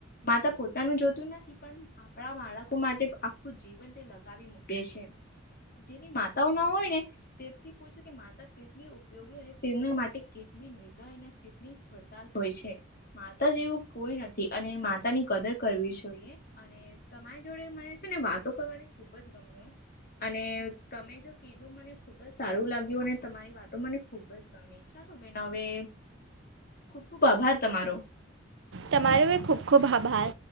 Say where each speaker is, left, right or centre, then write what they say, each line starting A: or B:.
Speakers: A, on the left; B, on the right.
A: માતા પોતાનું જોતું નથી, પણ આપણા બાળકો માટે આખું જીવન <unintelligible> <unintelligible> મૂકે છે, જેની માતાઓ ના હોય ને, તેનથી પૂછો કે માતા કેટલી ઉપયોગી, અને તેના માટે કેટલી નિર્દય, અને કેટલી <unintelligible> હોય છે. માતા જેવું કોઈ નથી, અને માતા ની કદર કરવી જોઈએ, અને <unintelligible> તમારી જોડે મને છે ને વાતો કરવાની ખુબ જ ગમ્યું, અને તમે જો <inaudible> મને ખુબ જ સારું લાગ્યું અને તમારી વાતો મને ખુબ જ ગમી. ચાલો બેન હવે ખુબ-ખુબ આભાર તમારો.
B: તમારો એય ખૂબ-ખૂબ આભાર.